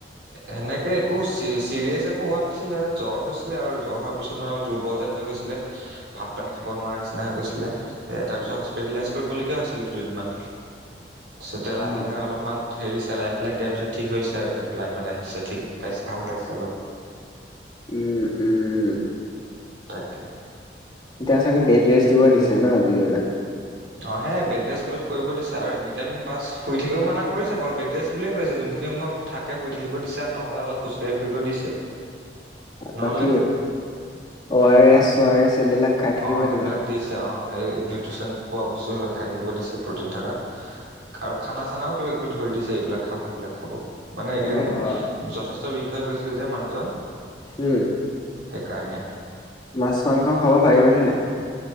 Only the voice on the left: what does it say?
অ
উম উম।
এতিয়া চাগে বেদ ৰেষ্ট দিব দিছে ন দুই দিন মান?
বাকী
অ' আৰ এছ
চ' আৰ এছ এইবিলাক খাই থাকিব
দিবা।
অ অ
উম,
মাছ মাংস খাব পাৰিবনে নাই?